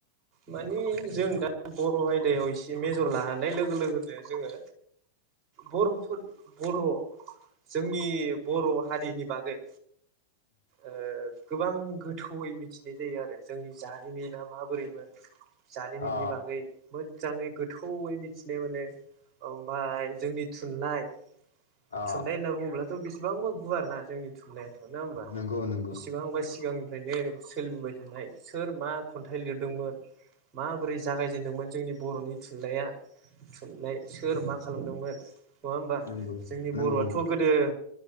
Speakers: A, on the right (about 30°); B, on the left (about 80°).
A: माने जों दा बर' आयदायाव इसे मेजर लानाय लोगो लोगोनो जोङो बर'फोर बर' जोंनि बर' हारिनि बागै ओ गोबां गोथौयै मिथिनाय जायो आरो जोंनि जारिमिना माबोरैमोन। जारिमिननि
B: अ
A: बागै मोद जाङै गोथौयै मिथिनो माने ओमबाय जोंनि थुनलाइ
B: अ
A: थुनलाइ होनना बुङोब्ला त बेसेबांबा गुवार ना जोंनि थुनलायाथ' नङा होमबा
B: नंगौ नंगौ
A: बेसेबांबा सिगांनिफ्रायनो सोलिबोबाय थानाय। सोर मा खन्थाइ लिरदोंमोन माबोरै जागायजेनदोंमोन जोंनि बर'नि थुनलाइया। थुनलाइ सोर मा खालामदोंमोन। नङा होमबा
B: नंगौ
A: जोंनि
B: नंगौ
A: बर'आथ' गोदो